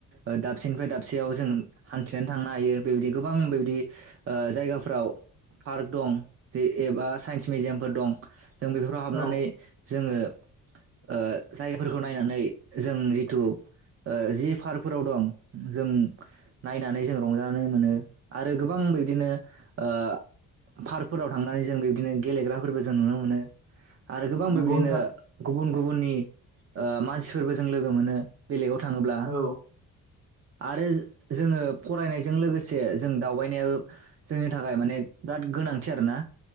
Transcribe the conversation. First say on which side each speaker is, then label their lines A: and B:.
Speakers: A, on the right (about 35°); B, on the right (about 80°).
A: ओ दाबसेनिफ्राय दाबसेयाव जों हान्थिनानै थांनो हायो बेबायदि गोबां बेबायदि ओ जायगाफ्राव पार्क दं जे एबा साइन्स मिउजियामफोर दं। जों बेफोराव हाबनानै
B: औ
A: जोङो ओ जायगाफोर खौ नायनानै जों जिथु ओ जि पार्कफोराव दं जों नायनानै जों रंजानो मोनो आरो गोबां बिब्दिनो ओ पार्कफोराव थांनानै जों बिब्दिनो गेलेग्राफोरबो जों नुनो मोनो। आरो गोबां
B: नंगौ
A: बेबायदिनो
B: नोंथां
A: गुबुन गुबुननि ओ मानसिफोरबो जों लोगो मोनो बेलेगाव थाङोब्ला
B: औ
A: आरो जोङो फरायनायजों लोगोसे जों दावबायनायाबो जोंनि थाखाय माने बिराद गोनांथि आरोना